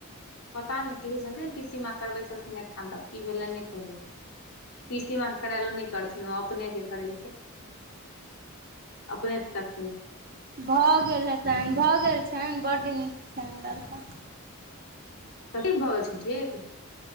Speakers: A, on the left; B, on the right.
A: पता नहि कहै छलखिन पीसी माँ करबै छलखिन एकठाम तऽ की भेलै नहि कहै पी सीमा करेलो नहि करथिन ओ अपने जे करै अपने सँ
B: भऽ गेल हेतनि भऽ गेल छनि बड नीक छनि लड़का
A: कठी भऽ गेल छै ठीक